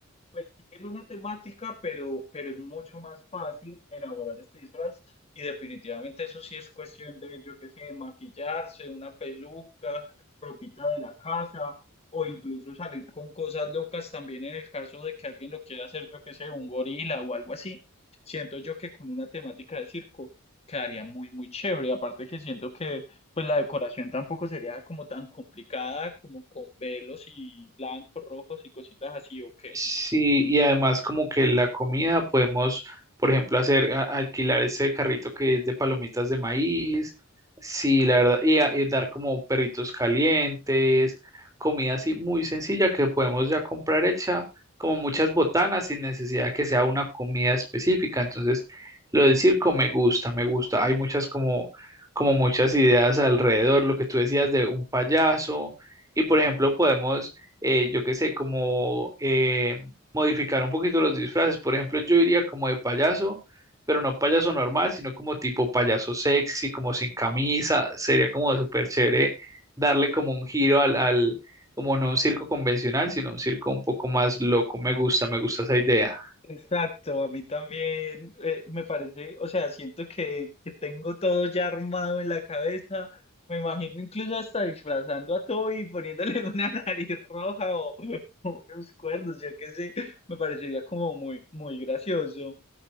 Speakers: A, on the left; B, on the right.
A: pues tienen una temática, pero, pero es mucho más fácil elaborar este disfraz y definitivamente eso sí es cuestión de, yo qué sé, maquillarse, una peluca propita de la casa o incluso salir con cosas locas también en el caso de que alguien lo quiera hacer, yo qué sé, un gorila o algo así. Siento yo que con una temática de circo quedaría muy, muy chévere. Aparte que siento que pues la decoración tampoco sería como tan complicada, como con velos y blancos, rojos y cositas así, ¿o qué?
B: Sí, y además como que la comida podemos, por ejemplo, hacer, a- alquilar ese carrito que es de palomitas de maíz, sí, la verdad, y, a- y dar como perritos calientes, comida así muy sencilla que podemos ya comprar hecha, como muchas botanas sin necesidad que sea una comida específica. Entonces, lo del circo me gusta, me gusta. Hay muchas como, como muchas ideas alrededor, lo que tú decías de un payaso, y por ejemplo, podemos eh, yo qué sé, como eh, modificar un poquito los disfraces. Por ejemplo, yo iría como de payaso, pero no payaso normal, sino como tipo payaso sexy, como sin camisa. Sería como súper chévere darle como un giro al, al, como no un circo convencional, sino un circo un poco más loco. Me gusta, me gusta esa idea.
A: Exacto, a mí también eh, me parece, o sea, siento que, que tengo todo ya armado en la cabeza. Me imagino incluso hasta disfrazando a Toby y poniéndole <laughs> una nariz roja o, o unos cuernos, yo qué sé, me parecería como muy, muy gracioso.